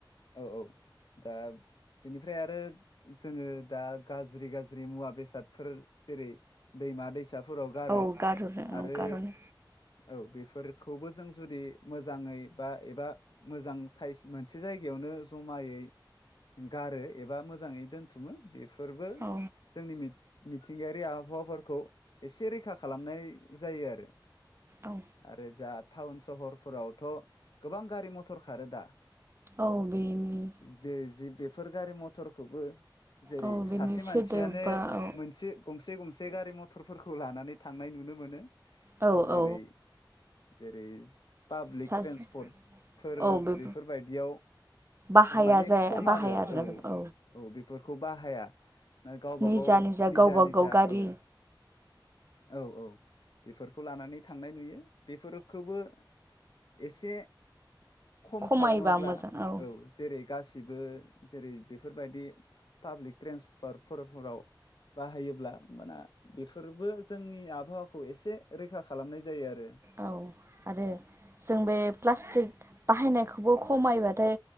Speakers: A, on the left; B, on the right.
A: औ औ दा बेनिफ्राय आरो जोङो दा गाज्रि गाज्रि मुवा बेसादफोर जेरै दैमा दै साफोराव गारो
B: औ गारहरनो
A: आरो
B: औ गारहरनो
A: औ बेफोरखौबो जों जुदि मोजाङै बा एबा मोजां मोनसे जाय गिबियावनो जमायै गारो एबा मोजै दोनथुमो बे फोरबो
B: औ
A: जोंनि मिथिंगायारि आबहावाफोरखौ एसे रैखा खालामनाय जायो आरो
B: औ
A: आरो जा टाउन सहरफोरावथ' गोबां गारि मथर खारो दा।
B: औ बेनि
A: बे जि बे फोर गारि मथरखौबो जेरै
B: औ बेनि
A: सासे
B: सोदोब
A: मानसियानो
B: बा औ
A: मोनसे गंसे गंसे से गारि मथरफोरखौ लानानै थांनाय नुनो मोनो।
B: औ
A: जेरै
B: औ
A: जेरै पाब्लिक
B: सासे
A: ट्रेन्सपर्टफोर
B: औ बे
A: बेफोरबायदियाव
B: बाहाया
A: माने
B: जाया
A: खम
B: बाहाया
A: आरो
B: आरोना
A: औ
B: बेखौ
A: औ बे फोरखौ बाहाया‌। गावबा
B: निजा
A: गाव निजा
B: गावबा
A: निजा
B: गाव गारि
A: औ औ औ बेफोरखौ लानानै थांनाय नुयो बेफोरखौबो एसे खम
B: खमायोबा
A: खालामोब्ला
B: मोजां औ।
A: जेरै गासिबो जेरै बेफोरबायदि पाब्लिक ट्रेन्सपर्टफोरफोराव बाहायोब्ला माना बेफोरबो जोंनि आबहावाखौ एसे रैखा खालामनाय जायो आरो
B: औ आरो जों बे प्लास्टिक बाहायनायखौ बेबो खमायबाथाय